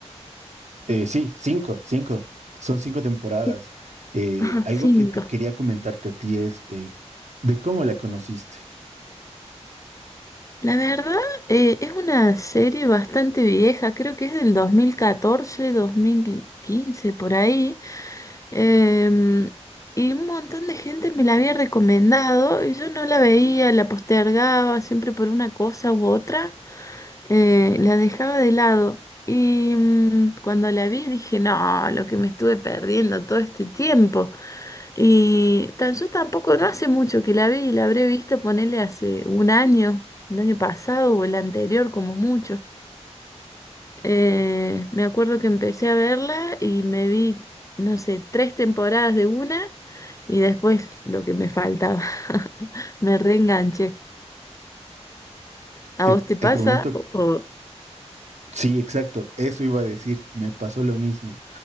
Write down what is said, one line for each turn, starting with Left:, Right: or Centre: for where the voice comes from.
Right: Eh, sí, cinco, cinco. Son cinco temporadas.
Left: Sí.
Right: Eh,
Left: Ajá,
Right: algo
Left: Cinco.
Right: que te quería comentarte a ti es eh, de cómo la conociste.
Left: La verdad, eh, es una serie bastante vieja, creo que es del dos dos mil catorce, dos mil quince por ahí. Em, y un montón de gente me la había recomendado y yo no la veía, la postergaba siempre por una cosa u otra. eh, la dejaba de lado. Y mm, cuando la vi dije, no, lo que me estuve perdiendo todo este tiempo. Y tan, yo tampoco, no hace mucho que la vi, y la habré visto ponerle hace un año, el año pasado o el anterior como mucho. Eh, me acuerdo que empecé a verla y me vi, no sé, tres temporadas de una y después lo que me faltaba. <laughs> Me reenganché. ¿A
Right: Te,
Left: vos te pasa?
Right: te comento,
Left: O- o-
Right: sí, exacto, eso iba a decir, me pasó lo mismo.